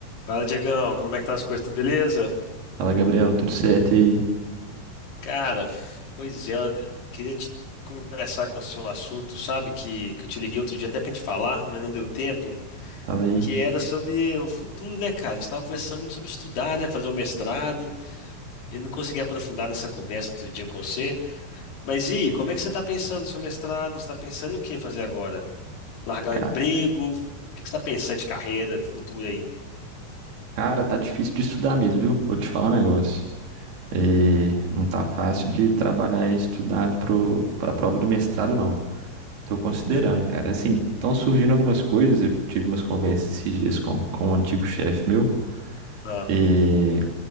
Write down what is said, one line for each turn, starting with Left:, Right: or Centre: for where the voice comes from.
Left: Fala, Diegão, como é que tá as coisas? Tudo beleza?
Right: Fala, Gabriel, tudo certo? E aí?
Left: Cara, pois é, eu queria te conversar com você um assunto, sabe, que, que eu te liguei outro dia até pra gente falar, mas não deu tempo,
Right: Fala aí.
Left: que era sobre o futuro, né, cara? A gente tava conversando muito sobre estudar, né, fazer o mestrado, e não consegui aprofundar nessa conversa outro dia com você. Mas e aí, como é que você tá pensando no seu mestrado? Você tá pensando em o que fazer agora? Largar
Right: Ca-
Left: o emprego? O que que você tá pensando de carreira, de futuro aí?
Right: Cara, tá difícil de estudar mesmo, viu? Vou te falar um negócio. É, não tá fácil de trabalhar e estudar pro, pra prova do mestrado, não. Tô considerando, cara. Assim, estão surgindo algumas coisas. Eu tive umas conversas esses dias com, com um antigo chefe meu.
Left: Ah,
Right: É,